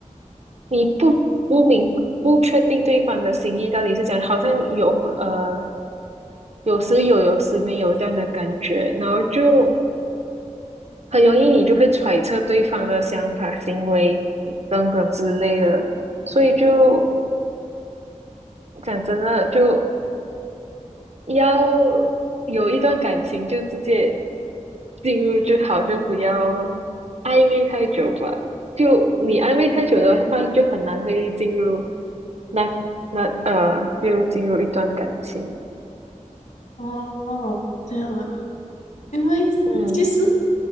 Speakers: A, on the right; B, on the left.
A: 你不不明不确定对方的心意到底是怎样，好像有呃有时有有时没有这样的感觉，然后就很容易你就会揣测对方的想法、行为等等之类的，所以就讲真的就要有一段感情就直接进入就好，就不要暧昧太久吧。就你暧昧太久的话，就很难会进入那那呃，就进入一段感情。
B: 哦，这样啊。因为其实
A: 嗯